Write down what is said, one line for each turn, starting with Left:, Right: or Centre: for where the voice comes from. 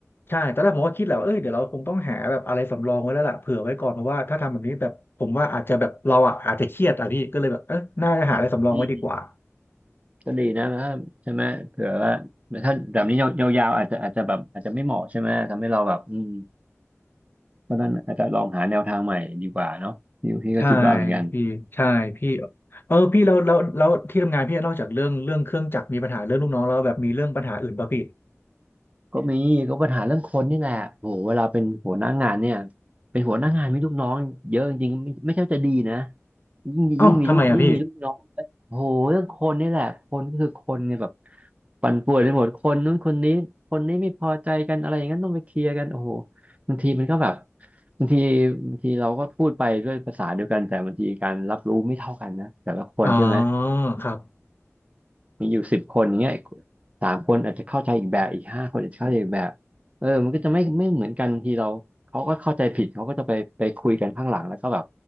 Left: ใช่ตอนแรกผมก็คิดแหละว่าเอ้ยเดี๋ยวเราคงต้องหาแบบอะไรสำรองไว้แล้วล่ะเผื่อไว้ก่อนเพราะว่าถ้าทำแบบนี้แบบผมว่าอาจจะแบบเราอ่ะอาจจะเครียดอ่ะพี่ก็เลยแบบเออน่าจะหาอะไรสำรองไว้ดีกว่า
Right: อืมก็ดีนะนะใช่ไหมเผื่อว่าถ้าแบบนี้ยาวๆอาจจะอาจจะแบบอาจจะไม่เหมาะใช่ไหมทำให้เราแบบอืมเพราะฉะนั้นอาจจะลองหาแนวทางใหม่ดีกว่าเนาะพี่พี่ก็คิดว่าเหมือนกัน
Left: ใช่พี่ใช่พี่เออพี่แล้วแล้วแล้วที่ทำงานพี่นอกจากเรื่องเรื่องเครื่องจักรมีปัญหาเรื่องลูกน้องแล้วแบบมีเรื่องปัญหาอื่นป่ะพี่
Right: ก็มีก็ปัญหาเรื่องคนนี่แหละโหเวลาเป็นหัวหน้างานเนี่ยเป็นหัวหน้างานมีลูกน้องเยอะจริงๆไม่ไม่ใช่ว่าจะดีนะยิ่งยิ่งมีลูกยิ่งมีลูกน้อง
Left: เอ้าทำไมอะพี่
Right: โหเรื่องคนนี่แหละคนก็คือคนเนี่ยแบบปั่นป่วนไปหมดคนนู้นคนนี้คนนี้ไม่พอใจกันอะไรอย่างนั้นต้องไปเคลียร์กันโอ้โหบางทีมันก็แบบบางทีบางทีเราก็พูดไปด้วยภาษาเดียวกันแต่บางทีการรับรู้ไม่เท่ากันนะแต่ละคนใช่ไหม
Left: อ๋อครับ
Right: มีอยู่สิบคนอย่างเงี้ยสามคนอาจจะเข้าใจอีกแบบอีกห้าคนอาจจะเข้าใจอีกแบบเออมันก็จะไม่ไม่เหมือนกันทีเราเขาก็เข้าใจผิดเขาก็จะไปไปคุยกันข้างหลังแล้วก็แบบ